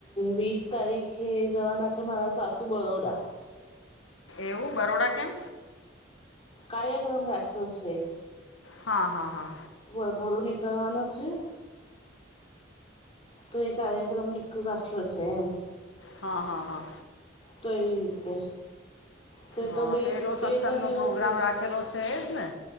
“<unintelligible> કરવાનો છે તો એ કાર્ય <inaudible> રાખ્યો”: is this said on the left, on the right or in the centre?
Left